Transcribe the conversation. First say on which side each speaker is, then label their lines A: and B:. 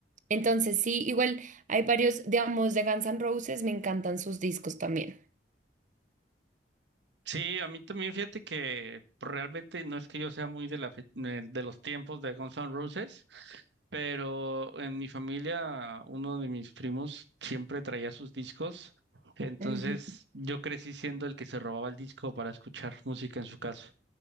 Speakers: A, on the right; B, on the right.
A: Entonces sí, igual hay varios, digamos, de Guns N' Roses, me encantan sus discos también.
B: Sí, a mí también fíjate que pues, realmente no es que yo sea muy de la fe- de de los tiempos de Guns N' Roses, pero en mi familia uno de mis primos siempre traía sus discos, entonces
A: Ujú.
B: yo crecí siendo el que se robaba el disco para escuchar música en su casa.